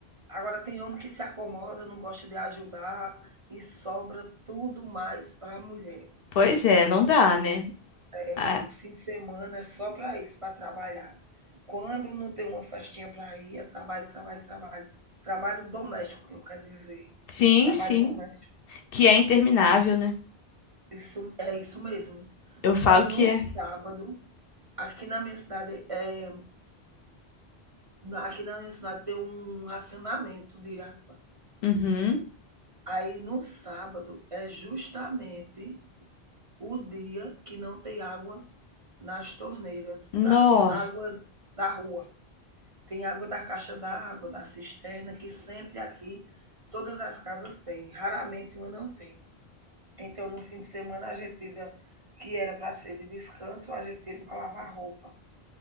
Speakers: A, on the right; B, on the left.
A: Agora tem homem que se acomoda, não gosta de ajudar e sobra tudo mais para a mulher.
B: Pois é, não dá, né?
A: É,
B: Ah,
A: o o fim de semana é só para isso, para trabalhar. Quando não tem uma festinha para ir, é trabalho, trabalho, trabalho. Trabalho doméstico que eu quero dizer.
B: sim,
A: Trabalho
B: sim.
A: doméstico.
B: Que é interminável, né?
A: Isso é isso mesmo.
B: Eu falo
A: Olha, no
B: que é.
A: sábado, aqui na minha cidade, é, na- aqui na minha cidade tem um racionamento de água.
B: Uhum.
A: Aí no sábado é justamente o dia que não tem água nas torneiras,
B: Nossa.
A: da assim, água da rua. Tem água da caixa d'água, da cisterna, que sempre aqui todas as casas têm, raramente uma não tem. Então no fim de semana a gente tira que era para ser de descanso, a gente tira para lavar roupa.